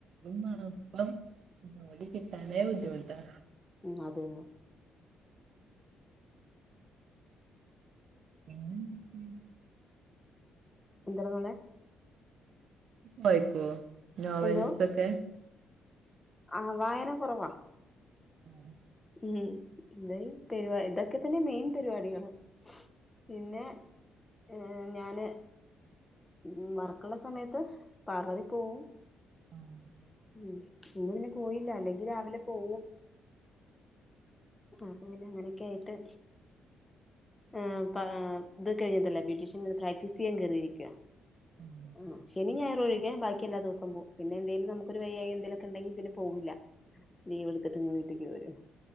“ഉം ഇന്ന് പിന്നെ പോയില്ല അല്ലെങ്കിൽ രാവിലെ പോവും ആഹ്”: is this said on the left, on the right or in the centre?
Left